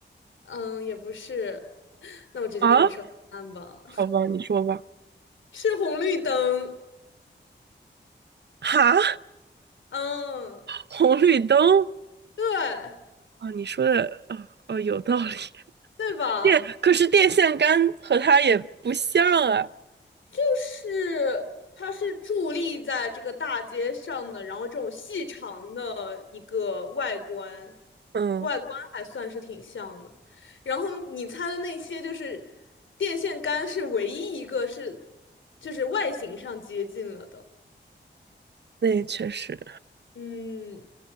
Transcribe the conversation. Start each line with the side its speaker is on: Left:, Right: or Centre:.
Left: 嗯，也不是，<laughs> 那我直接跟你说答案吧，
Right: 啊？好吧，你说吧。
Left: <laughs> 是红绿灯。
Right: <laughs> 哈，
Left: 嗯，
Right: 红绿灯
Left: 对，
Right: 啊？你说的哦哦有道理。
Left: 对吧？
Right: 电，可是电线杆和它也不像啊。
Left: 就是它是伫立在这个大街上的，然后这种细长的一个外观，
Right: 嗯，
Left: 外观还算是挺像的。然后你猜的那些就是电线杆是唯一一个是就是外形上接近了的，
Right: 那也确实
Left: 嗯